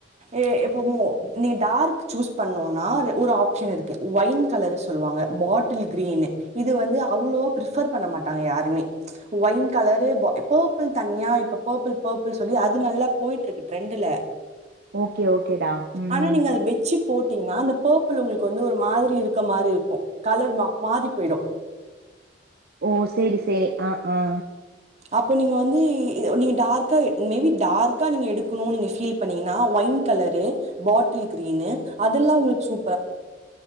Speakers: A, on the right; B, on the right.
A: எ எப் பும்மே நீங்க டார்க் சூஸ் பண்ணோனா அது ஒரு ஆப்ஷன் இருக்கு ஒயின் கலரு சொல்லுவாங்க பாட்டி வ் கிரீனு இது வந்து அவ்வளோ ப்ரிஃபர் பண்ண மாட்டாங்க யாருமே ஒயின் கலரு பா எப்போ பிள் தனியா இப்போ பேபிள் பேபிள் சொல்லி அது நல்லா போயிட்ருக்கு ட்ரெண்டு்ல
B: ஓகே ஓகேடா ம்
A: ஆனா நீங்க அது வெச்சு போட்டீங்ன்னா அந்த பே பிள் உங்குளுக் வந்து ஒரு மாதிரி இருக்க மாரி இருக்கு கலரு மா மாறி போயிடு
B: ஓ செரி செரி அ அ
A: அப்போ நீங்க வந்து நீங்க டார்கா எ மேபி டார்க்கா நீங்க எடுக்குணு நீீங்க ஃபீல் பண்ணீங்கன ஒயின் கலரு பாட்டில் க்ரீனு அதெல்லா உங்களுக் சூ